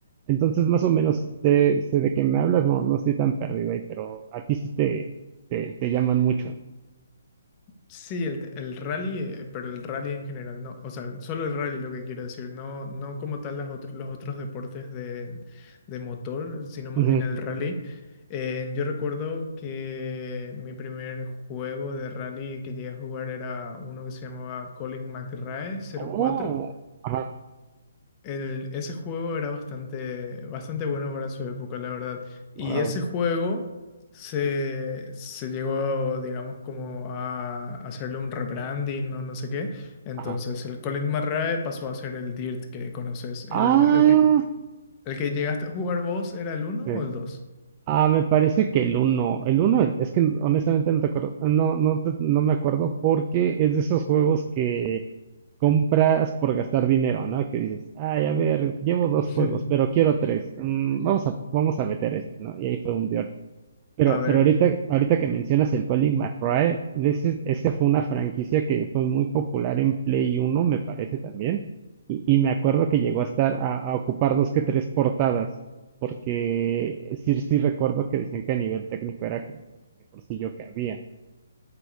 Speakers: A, on the right; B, on the left.
A: Entonces, más o menos sé, sé de qué me hablas, no, no estoy tan perdido ahí, pero a ti sí te, te, te llaman mucho.
B: Sí, el, te- el rally, eh, pero el rally en general, no, o sea, solo el rally lo que quiero decir, no, no como tal las otr- los otros deportes de, de motor, sino más
A: Ujú.
B: bien el rally. Eh, yo recuerdo que mi primer juego de rally que llegué a jugar era uno que se llamaba Colin McRae cero
A: Oh,
B: cuatro
A: ajá,
B: el, ese juego era bastante, bastante bueno para su época, la verdad. Y
A: wow,
B: ese juego se, se llegó, digamos, como a hacerle un rebranding o no sé qué. Entonces
A: ajá.
B: el Colin McRae pasó a ser el Dirt que conoces. ¿El,
A: Ah,
B: el que, el que llegaste a jugar vos era el uno
A: sí.
B: o el dos
A: Ah, me parece que el uno, el uno, el. es que honestamente no te acuerdo, no, no, te- no me acuerdo porque es de esos juegos que compras por gastar dinero, ¿no? Que dices, ay, a ver, llevo dos
B: <laughs>
A: juegos, pero quiero tres, mm, vamos a, vamos a meter este, ¿no? Y ahí fue un pero,
B: A ver.
A: pero ahorita, ahorita que mencionas el Colin McRae, ese, ese fue una franquicia que fue muy popular en Play Uno me parece también. Y, y me acuerdo que llegó a estar a, a ocupar dos que tres portadas, porque sí, sí recuerdo que decían que a nivel técnico era como de lo mejorcillo que había.